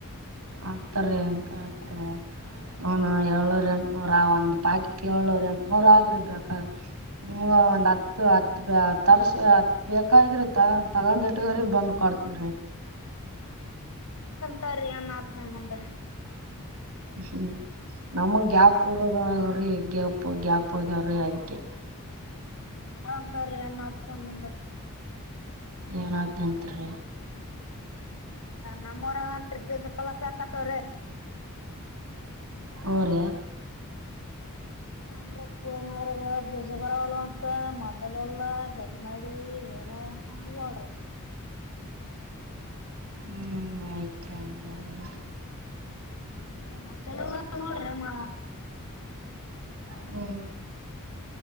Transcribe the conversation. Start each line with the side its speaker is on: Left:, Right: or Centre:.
Right: ಅತಾರೆಕಾದರೆ ಹನು ಏಳ್ರು ಹಣ್ಣ ನೂರ ಒಂದ್ ಪಾಕೆಟ್ ಏಳ್ರು ಹಣ್ ನೂರ್ ಆದ್ರ ಬೇಕಾದ ನಿಮ್ಗ ಒ್ ಹತ್ತು ಹತ್ ತರ್ಸ ಹತ್ ಬೇಕ್ರಿ ತಗೊಂಡ್ ಇಟ್ಟಗ್ರ ಬಂದ್ ಕೊಡ್ತನ್
Left: ಕಾರೆಯ ನಾಥ ನ ಮುದ
Right: ಹ್ಮ್ ನಮಗ್ ಗ್ಯಾಪ್ ರಗಾವ್ರಿ ಗ್ಯಾಪ್ ಗ್ಯಾಪ್ ಆಗ್ಯಾವ್ರಿ ಅದಕ್ಕೆ
Left: ಹ ನರಪರಿ ಅನ್ನ ಹತ್ತ ಮುಂದ
Right: ಎನಾದ ನಂತರ
Left: ನಮ್ಮ್ವರಂತ್ರಿ ಗ ಕಲ ಸಾಕತ್ತವ್ರೀ
Right: ಒರೆ
Left: ನ್ರಪೂರ್ ನಗರ ಬಜಬರಲ್ಲ ಅಂತ ಮಸಾಲೆ ಎಲ್ಲ ಗ ಇದು ಮಾಡಿ ಏನ ನೋಡ್ರಿ
Right: ಹ್ಮ್ ಮಯತ್ರಂಗಾದರ
Left: ಒಂದು ಮಸಾಲೆ ನೋಡ್ರಮ್ಮ
Right: ಹ್ಮ್